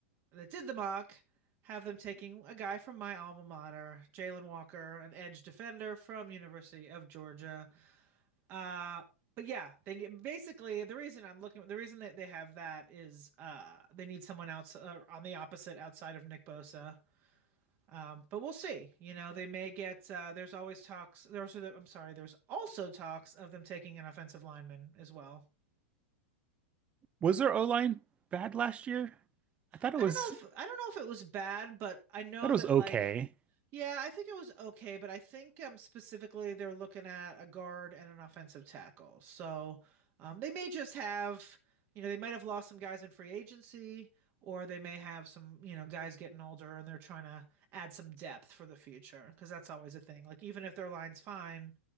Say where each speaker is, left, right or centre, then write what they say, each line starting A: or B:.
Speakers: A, on the right (about 35°); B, on the right (about 20°).
A: that did the mock have them taking a guy from my alma mater, Jalen Walker, an edge defender from University of Georgia. Uh, but yeah, they basically the reason I'm looking the reason that they have that is uh they need someone else uh, on the opposite outside of Nick Bosa. Um, but we'll see. You know, they may get. Uh, there's always talks. There's. I'm sorry. There's also talks of them taking an offensive lineman as well.
B: Was their O-line bad last year? I thought
A: I
B: it was,
A: don't know
B: I
A: if I don't know if it was bad, but I know
B: thought it
A: that
B: was okay.
A: like Yeah, I think it was okay, but I think um, specifically they're looking at a guard and an offensive tackle. So um, they may just have, you know, they might have lost some guys in free agency, or they may have some, you know, guys getting older and they're trying to add some depth for the future because that's always a thing. Like even if their line's fine,